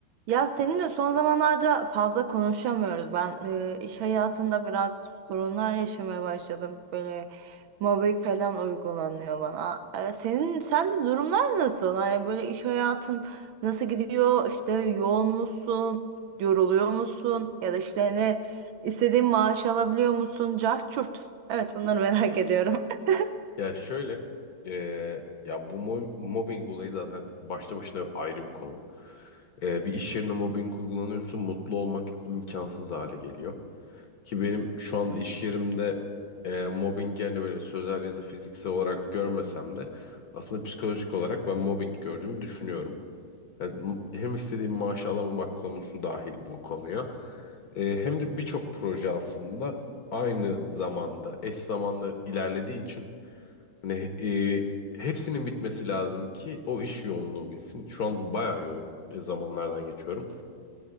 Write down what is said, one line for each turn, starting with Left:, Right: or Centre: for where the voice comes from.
Right: Ya seninle son zamanlarda fazla konuşamıyoruz. Ben e, iş hayatında biraz sorunlar yaşamaya başladım. Böyle mobbing falan uygulanıyor bana. E, senin sen de durumlar nasıl? Hani böyle iş hayatın nasıl gidiyor? İşte yoğun musun? Yoruluyor musun? Ya da işte ne istediğin maaş alabiliyor musun? Cart çurt. Evet bunları merak ediyorum. <laughs>
Left: Ya şöyle, eee, ya bu mo- mobbing olayı zaten başta başına ayrı bir konu. Eee, bir iş yerine mobbing uygulanıyorsa mutlu olmak imkansız hale geliyor. Ki benim şu anda iş yerimde eee mobbing yani böyle sözel ya da fiziksel olarak görmesem de aslında psikolojik olarak ben mobbing gördüğümü düşünüyorum. Yani m- hem istediğim maaşı alamamak konusu dahil bu konuya. Eee, hem de birçok proje aslında aynı zamanda eş zamanlı ilerlediği için Hani e, hepsinin bitmesi lazım ki o iş yoğunluğu bitsin. Şu an bayağı yoğun e, zamanlardan geçiyorum